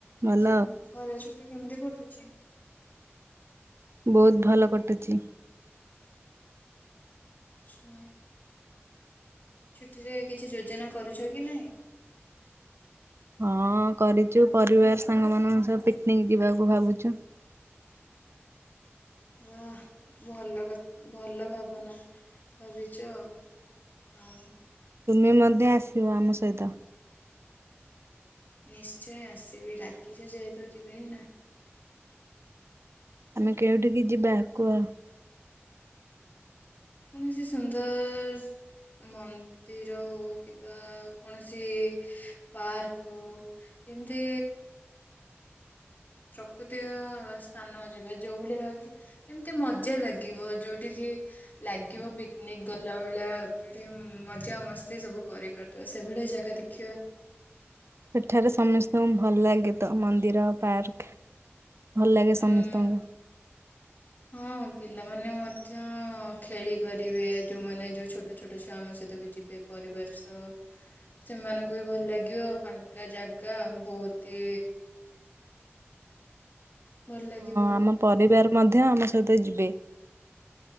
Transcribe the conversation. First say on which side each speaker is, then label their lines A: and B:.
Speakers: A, on the right; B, on the left.
A: ଭଲ
B: ଆଚ୍ଛା ଖରା ଛୁଟି କେମିତି କଟୁଛି।
A: ବହୁତ ଭଲ କଟୁଛି।
B: ଛା ଛୁଟିରେ କିଛି ଯୋଜନା କରୁଛ କି ନାହିଁ?
A: ହଁ କରିଛୁ ପରିବାର ସାଙ୍ଗମାନଙ୍କ ସହ ପିକନିକ୍ ଯିବାକୁ ଭାବୁଛୁ
B: ହୁଁ ଭଲ କ ଭଲ ଭାବନା ଭାବିଚ। <unintelligible>
A: ତୁମେ ମଧ୍ୟ ଆସିବ ଆମ ସହିତ।
B: ନିଶ୍ଚୟ ଆସିବି ଡାକିଛ ଯେହେତୁ ଯିବିନି ନା
A: ଆମେ କେଉଁଠିକି ଯିବା କୁଆ?
B: ମାନେ ସେ ସୁନ୍ଦର ମନ୍ଦିର ହଉ କିମ୍ବା କୌଣସି ପାର୍କ ହଉ ଏମିତି ପ୍ରକୃତିର ସ୍ଥାନ ଯିବା ଯେଉଁ ଭଳିଆ କି ଏମିତି ମଜା ଲାଗିବ ଯୋଉଠି କି ଲାଗିବ ପିକ୍ନିନିକ୍ ଗଲା ଭଳିଆ ଯୋଉଠି ମଜା ମସ୍ତି ସବୁ କରିପାରୁ ତ ସେଭଳିଆ ଜାଗା ଦେଖିବା।
A: ସେଠାରେ ସମସ୍ତଙ୍କୁ ଭଲ ଲାଗେ ତ ମନ୍ଦିର ପାର୍କ। ଭଲ ଲାଗେ
B: ହୁଁ।
A: ସମସ୍ତଙ୍କୁ।
B: ହଁ ପିଲାମାନେ ମଧ୍ୟ ଖେଳିପାରିବେ ଯେଉଁମାନେ ଯେଉଁ ଛୋଟ ଛୋଟ ଛୁଆ ଆମ ସହିତ ବି ଯିବେ। ପରିବାର ସଅ। ସେମାନଙ୍କୁ ବି ଭଲ ଲାଗିବ ଫାଙ୍କା ଜାଗା ବୋହୁତି ଭଲ ଲାଗିବ
A: ହଁ ଆମ ପରିବାର ମଧ୍ୟ ଆମ ସହିତ ଯିବେ।